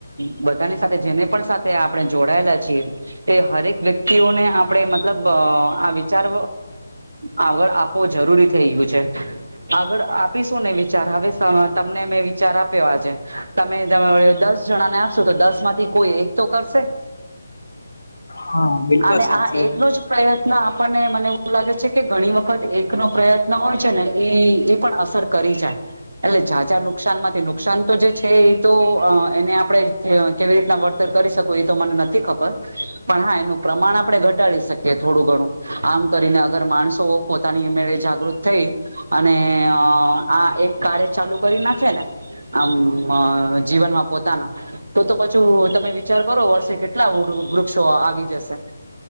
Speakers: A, on the right (about 65°); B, on the left (about 75°).
A: બધાની સાથે જેને પણ સાથ આપણે જોડાયેલા છીએ. તે હરેક વ્યક્તિઓને આપડે મતલબ આ વિચાર આગળ આપવો જરૂરી થઈ ગયું છે. આગળ આપીશું ને વિચાર હવે તમને મેં વિચાર આપ્યો આજે તમે દસ જણાને આપશો તો દસ માંથી કોઈ એક તો કરશે.
B: હા બિલકુલ
A: અને
B: સાચી
A: આ એકનો
B: વાત.
A: પ્રયત્ન આપણને મને એવું લાગે છે કે ઘણી વખત એકનો પ્રયત્ન હોય છે ને એ એ પણ અસર કરી જાય એટલે ઝાઝા નુકસાન માંથી નુકસાન તો જે છે એ તો એને આપણે કેવી રીતના વળતર કરી શકો એ તો મને નથી ખબર પણ હા એનું પ્રમાણ આપણે ઘ ટાડી શકે થોડું ઘણું આમ કરીને અગર માણસો પોતાની મેળે જાગૃત થઈ અને આ એક કાર્ય ચાલુ કરી નાખે ને આમ જીવનમાં પોતાના તો તો પછું તમે વિચાર કરો વર્ષે કેટલા વૃક્ષો આવી જશે.